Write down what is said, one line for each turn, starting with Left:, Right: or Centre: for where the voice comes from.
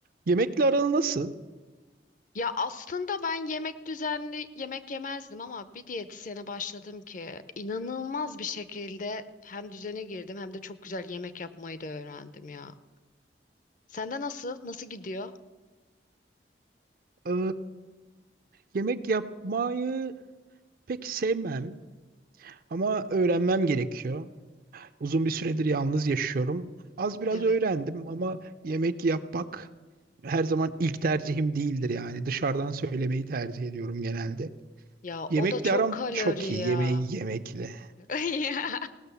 Right: Yemekle aran nasıl?
Left: Ya aslında ben yemek düzenli yemek yemezdim ama bir diyetisyene başladım ki inanılmaz bir şekilde hem düzene girdim hem de çok güzel yemek yapmayı da öğrendim ya. Sende nasıl? Nasıl gidiyor?
Right: Ee, yemek yapmayı pek sevmem ama öğrenmem gerekiyor. Uzun bir süredir yalnız yaşıyorum. Az biraz
Left: Evet.
Right: öğrendim ama yemek yapmak her zaman ilk tercihim değildir yani. Dışarıdan söylemeyi tercih ediyorum genelde.
Left: Ya
Right: Yemekle
Left: o da çok
Right: aram
Left: kalori
Right: çok
Left: ya.
Right: iyi. Yemeği yemekle.
Left: <laughs> Ya.